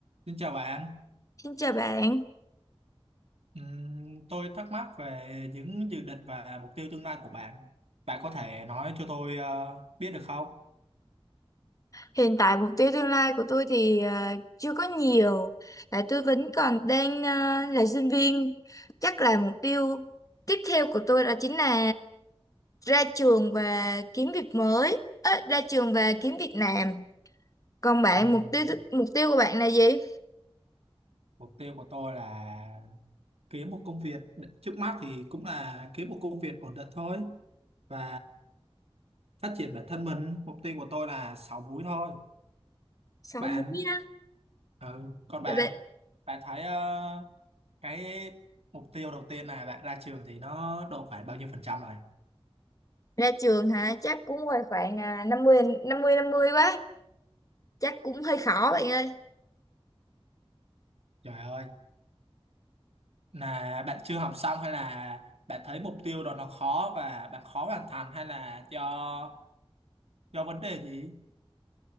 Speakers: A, on the right; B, on the left.
A: Xin chào bạn.
B: Xin chào bạn.
A: Ừm, tôi thắc mắc về những dự định và mục tiêu tương lai của bạn. Bạn có thể nói cho tôi ờ, biết được không?
B: Hiện tại mục tiêu tương lai của tôi thì à, chưa có nhiều, tại tôi vẫn còn đang à, là sinh viên. Chắc là mục tiêu tiếp theo của tôi đó chính là ra trường và kiếm việc mới, Ớ, ra trường và kiếm việc làm. Còn bạn
A: Ừm,
B: mục tiêu mục tiêu của bạn là gì?
A: Mục tiêu của tôi là kiếm một công việc trước mắt thì cũng là kiếm một công việc ổn định thôi và phát triển bản thân mình. Mục tiêu của tôi là 6 múi thôi.
B: Sáu
A: Bạn,
B: múi á.
A: ừ, còn bạn,
B: Ra,
A: bạn thấy ờ, cái mục tiêu đầu tiên là bạn ra trường thì nó độ khoảng bao nhiêu phần trăm rồi?
B: ra trường hả? Chắc cũng ngoài khoảng à, năm mươi năm mươi năm mươi quá. Chắc cũng hơi khó bạn ơi.
A: Trời ơi, là bạn chưa học xong hay là bạn thấy mục tiêu đó nó khó và bạn khó hoàn thành hay là do do vấn đề gì?